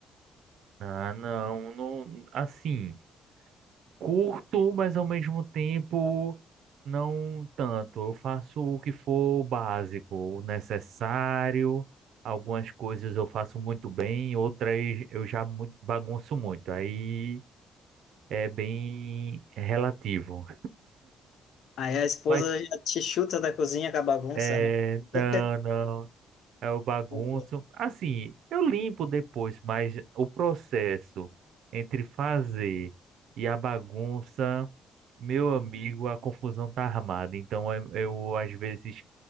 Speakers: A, on the right; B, on the left.
A: Ah, não, não, assim. curto, mas ao mesmo tempo não tanto. Eu faço o que for básico, o necessário. Algumas coisas eu faço muito bem, outras eu já mu- bagunço muito. Aí é bem relativo.
B: Aí a esposa
A: Mas
B: já te chuta da cozinha com a bagunça,
A: é,
B: né? <laughs>
A: não, não. É o bagunço.
B: Não dá.
A: Assim, eu limpo depois, mas o processo entre fazer e a bagunça, meu amigo, a confusão tá armada. Então eu, eu às vezes